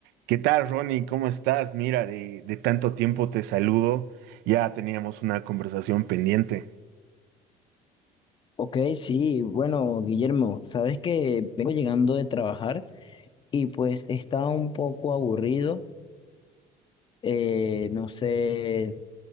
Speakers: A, on the right (about 85°); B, on the left (about 30°).
A: ¿Qué tal, Ronnie? ¿Cómo estás? Mira, de, de tanto tiempo te saludo. Ya teníamos una conversación pendiente.
B: Ok, sí, bueno, Guillermo, sabes que vengo llegando de trabajar y pues estaba un poco aburrido, eh, no sé,